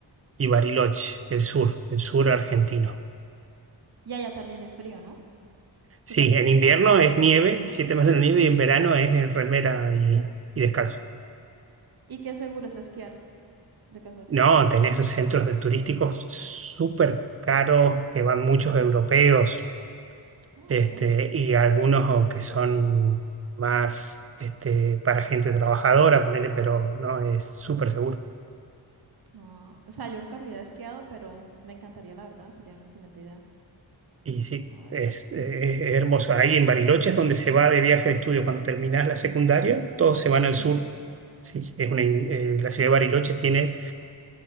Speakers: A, on the right (about 35°); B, on the right (about 55°).
A: y Bariloche, el sur, el sur argentino.
B: Y allá también es frío, ¿no? Súper
A: Sí,
B: frío
A: en invierno
B: o más.
A: es nieve, siete meses de nieve, y en verano es en remera y, y descalzo.
B: ¿Y qué seguro es esquiar? De casualidad.
A: No, tenés centros de turísticos súper caros que van muchos europeos,
B: Ah,
A: este,
B: ok.
A: y algunos que son más este, para gente trabajadora, ponele, pero no es súper seguro.
B: Ah, o sea, yo nunca me había esquiado, pero me encantaría, la verdad, sería una excelente idea.
A: Y sí,
B: A ver,
A: es, eh, es hermoso. Ahí en Bariloche es donde se va de viaje de estudio. Cuando terminás la secundaria, todos se van al
B: sí.
A: sur. Sí, es una in- eh, la ciudad de Bariloche tiene